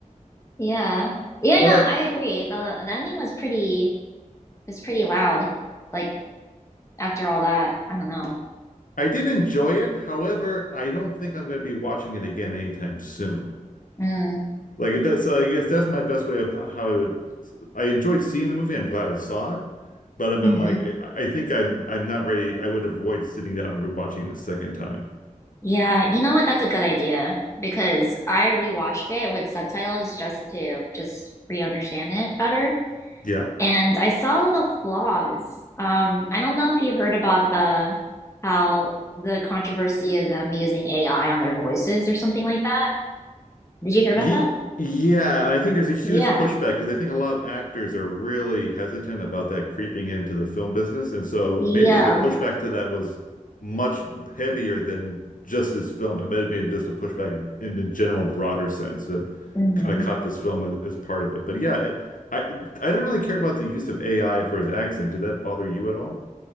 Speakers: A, on the left (about 20°); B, on the left (about 75°).
A: Yeah. Yeah,
B: but
A: no, I agree. The the ending was pretty was pretty loud. Like after all that, I don't know.
B: I I did enjoy it. However, I don't think I'm going to be watching it again anytime soon.
A: Mm.
B: Like that's uh, I guess that's my best way of how, how I would. I enjoyed seeing the movie. I'm glad I saw it, but I'm
A: hmm
B: in like I I think I'm I'm not ready. I would avoid sitting down and rewatching it a second time.
A: Yeah, you know what? That's a good idea because I rewatched it with subtitles just to just re-understand it better.
B: Yeah.
A: And I saw the flaws. Um, I don't know if you heard about the how the controversy of them using AI on their voices or something like that. Did you hear
B: Ye
A: about that?
B: yeah, and I think there's a huge
A: Yeah.
B: pushback because I think a lot of actors are really hesitant about that creeping into the film business. And so
A: Yeah.
B: maybe the pushback to that was much heavier than just this film. It may have been just a pushback in the general broader sense that
A: hmm
B: kind of caught this film as, as part of it. But yeah, it, I I didn't really care about the use of AI for his accent. Did that bother you at all?